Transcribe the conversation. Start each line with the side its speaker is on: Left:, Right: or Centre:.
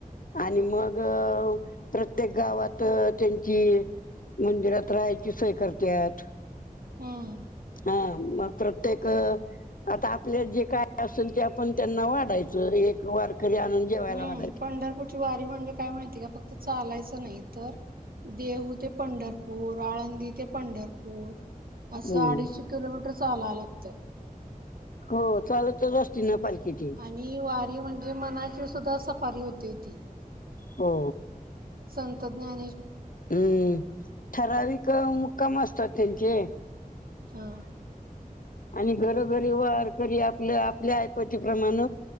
Left: आणि मग प्रत्येक गावात त्यांची मंदिरात राहायची सोय करतात
Right: हम्म
Left: हा मग प्रत्येक आता आपले जे काय असेल ते आपण त्यांना वाढायचं एक वारकरी आणून जेवायला
Right: हम्म
Left: वाढायचं
Right: पंढरपूरची वारी म्हणजे काय माहितीय का फक्त चालायचं नाही तर देहू ते पंढरपूर आळंदी ते पंढरपूर असं
Left: हम्म
Right: अडीचशे किलोमीटर चालावं लागतं
Left: हो चालतच असती ना पालखीची
Right: आणि वारी म्हणजे मनाची सुद्धा सफारी होते ती
Left: हो
Right: संतज्ञा
Left: हम्म ठराविक मुक्काम असतात त्यांचे
Right: हा
Left: आणि घरोघरी वारकरी आपलं आपल्या आयपतीीप्रमाण